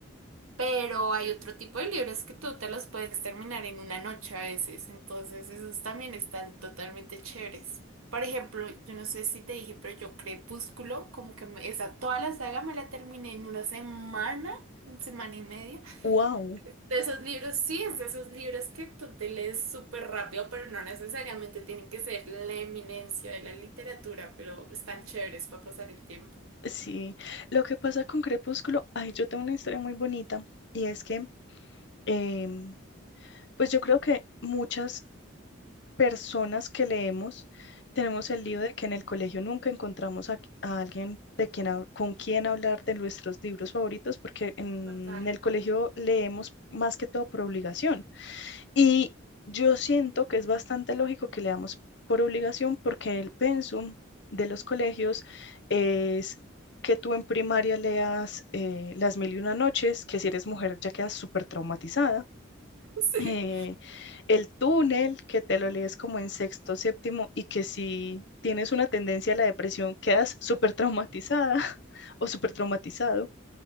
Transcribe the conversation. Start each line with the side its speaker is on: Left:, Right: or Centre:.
Right: Pero hay otro tipo de libros que tú te los puedes terminar en una noche a veces, entonces esos también están totalmente chéveres. Por ejemplo, yo no sé si te dije, pero yo Crepúsculo, como que me- esa toda la saga me la terminé en una semana, una semana y media.
Left: Wow.
Right: De esos libros, sí, es de esos libros que tú te lees súper rápido, pero no necesariamente tienen que ser la eminencia de la literatura, pero están chéveres para pasar el tiempo.
Left: Sí, lo que pasa con Crepúsculo, ay, yo tengo una historia muy bonita y es que, em, pues yo creo que muchas personas que leemos tenemos el lío de que en el colegio nunca encontramos a, a alguien de quien, hab- con quien hablar de nuestros libros favoritos porque en
Right: Total.
Left: el colegio leemos más que todo por obligación. Y yo siento que es bastante lógico que leamos por obligación porque el pensum de los colegios es que tú en primaria leas eh, Las Mil y Una Noches, que si eres mujer ya quedas súper traumatizada.
Right: <laughs>
Left: eh,
Right: Sí.
Left: el túnel, que te lo lees como en sexto, séptimo, y que si tienes una tendencia a la depresión, quedas súper traumatizada <laughs> o súper traumatizado.